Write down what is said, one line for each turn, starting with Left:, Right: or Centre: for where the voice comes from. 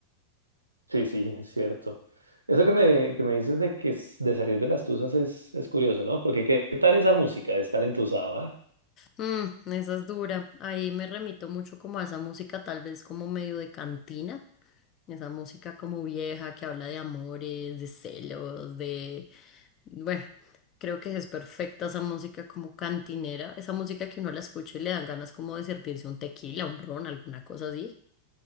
Right: Sí, sí, es cierto. Eso que me, que me dices de que s- de salir de las tuzas es, es curioso, ¿no? Porque qué tal esa música de estar entusado, ¿ah?
Left: Mm, esa es dura. Ahí me remito mucho como a esa música, tal vez como medio de cantina. Esa música como vieja que habla de amores, de celos, de Bueno, creo que es perfecta esa música como cantinera, esa música que uno la escucha y le dan ganas como de servirse un tequila, un ron, alguna cosa así.